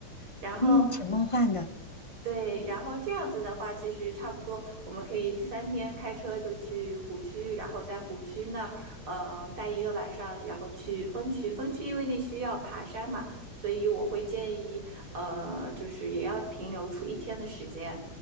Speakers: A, on the right (about 80°); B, on the left (about 20°).
A: 然后
B: 嗯，挺梦幻的。
A: 对，然后这样子的话，其实差不多，我们可以第三天开车就去湖区，然后在湖区那儿，呃，待一个晚上，然后去峰区。峰区因为那需要爬山嘛，所以我会建议，呃，就是也要停留出一天的时间。